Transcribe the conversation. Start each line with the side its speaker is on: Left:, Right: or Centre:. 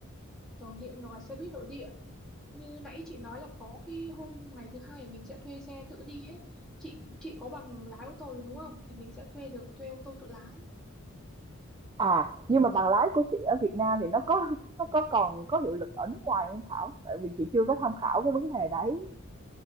Centre: tàu điện hoặc là xe buýt nội địa như nãy chị nói là có cái hôm ngày thứ hai là mình sẽ thuê xe tự đi ấy chị chị có bằng lái ô tô được đúng không thì mình sẽ thuê được thuê ô tô tự lái
Right: à nhưng mà bằng lái của chị ở Việt Nam thì nó có <laughs> nó có còn có hiệu lực ở nước ngoài không Thảo tại vì chị chưa có tham khảo cái vấn đề đấy